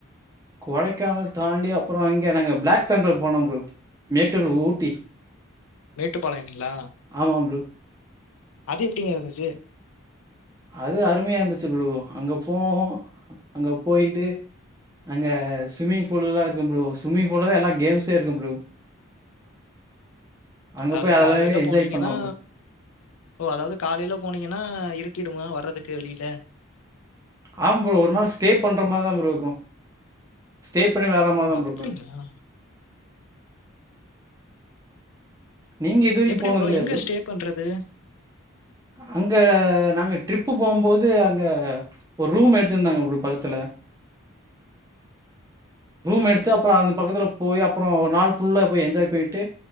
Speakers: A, on the right; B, on the left.
A: கொடைக்கானல் தாண்டி அப்புறோ இங்க நாங்க பிளாக் தண்டர் போனோ ப்ரோ மேட்டூரு ஊட்டி
B: மேட்டுப்பாளையங்ளா
A: ஆமா ப்ரோ
B: அது எப்டிங்க இருந்துச்சு
A: அது அருமையா இருந்துச்சு ப்ரோ அங்க போவோ அங்க போயிட்டு அங்க ஸ்விமிங் ஃபூல்லா இருக்கு ப்ரோ ஸ்ம்மிங் ஃபூல்வதா எல்லா கேம்ஸே இருக்கும் ப்ரோ அங்க
B: அது
A: போய் அதெல்லாமே
B: காலையில போனிங்கன்னா
A: என்ஜாய் பண்ணலாம் ப்ரோ.
B: ஓ அதாவது காலையில போனீங்கன்னா இருட்டிடுமா வர்றதுக்கு வெளியில
A: ஆமா ப்ரோ ஒரு நாள் ஸ்ட்டே பண்ற மாரிதா ப்ரோ இருக்கு ஸ்ட்டே பண்ணி வற மாரிதா
B: ஓ
A: ப்ரோ
B: அப்படிங்களா
A: இருக்கு நீங்க இதுவரைக்கு
B: எப்படி
A: போனது இல்லையா
B: எங்க
A: ப்ரோ
B: ஸ்டே பண்றது?
A: அங்க நாங்க ட்ரிப்பு போவும்போது அங்க ஒரு ரூம் எடுத்துருந்தாங்க ப்ரோ பக்கத்துல ரூம் எடுத்து அப்பறோ அந்த பக்கத்துல போயி அப்பறோ ஒரு நாள் ஃபுல்லா போய் என்ஜாய் பண்ணிட்டு